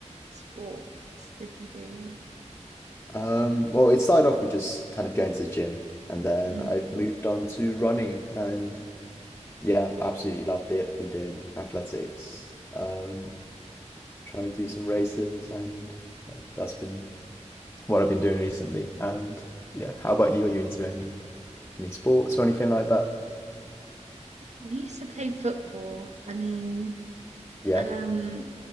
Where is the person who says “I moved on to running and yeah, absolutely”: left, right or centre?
Left